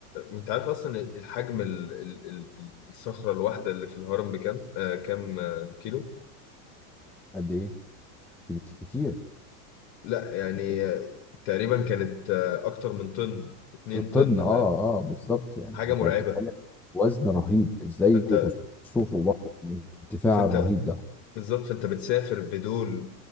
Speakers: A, on the left (about 40°); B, in the centre.
A: وانت عارف اصلا الحجم ال... ال... ال... ال- الصخره الواحده اللي في الهرم بكام آه كام آه، كيلو
B: قد ايه كت- كتير
A: لا يعني آه، تقريبا كانت آه اكتر من طن 2 طن
B: طن اه
A: تقريبا
B: اه بالظبط يعني
A: حاجه
B: انت
A: مرعبه
B: بتتكلم وزن رهيب ازاي
A: فانت
B: الرصوف وبعض الارتفاع
A: فانت
B: الرهيب ده
A: بالظبط فانت بتسافر بدول